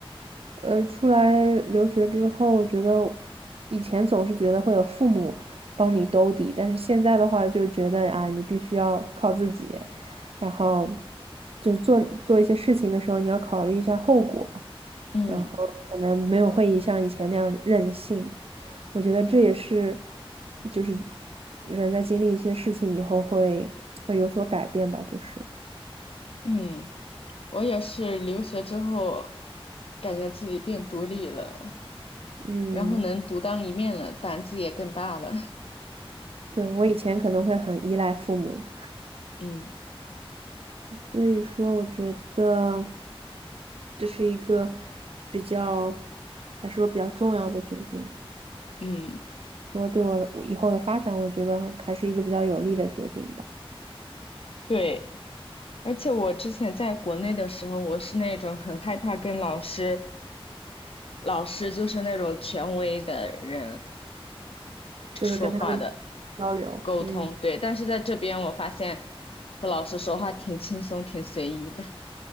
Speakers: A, on the right; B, on the left.
A: 呃，出来留学之后，我觉得以前总是觉得会有父母帮你兜底，但是现在的话就觉得啊，你必须要靠自己，然后就做做一些事情的时候，你要考虑一下后果，
B: 嗯
A: 然后可能没有会像以前那样任性。我觉得这也是，就是人在经历一些事情以后会会有所改变吧，就是。
B: 嗯，我也是留学之后，感觉自己变独立了，
A: 嗯，
B: 然后能独当一面了，胆子也更大了。
A: 对，我以前可能会很依赖父母，
B: <laughs> 嗯
A: 所以说我觉得这是一个比较，还是说比较重要的决定。
B: 嗯，
A: 说对我我以后的发展，我觉得还是一个比较有利的决定吧。
B: 对。而且我之前在国内的时候，我是那种很害怕跟老师，老师就是那种权威的人
A: 就是跟他们
B: 说话的
A: 交流，
B: 沟通，
A: 嗯，
B: 对。但是在这边，我发现和老师说话挺轻松、挺随意的。